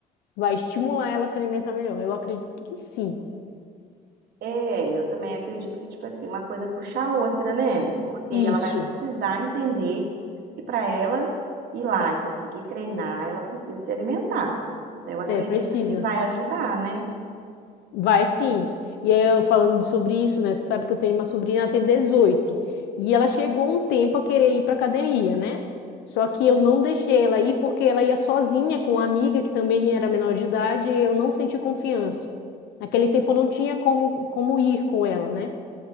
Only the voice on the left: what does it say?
Vai estimular ela a se alimentar melhor. Eu acredito que sim.
Isso.
É, precisa.
Vai sim. E aí, eu falando de- sobre isso, né? Tu sabe que eu tenho uma sobrinha, ela tem dezoito, E ela chegou um tempo a querer ir pra academia, né? Só que eu não deixei ela ir porque ela ia sozinha com uma amiga que também era menor de idade e eu não senti confiança. Naquele tempo eu não tinha como, como ir com ela, né?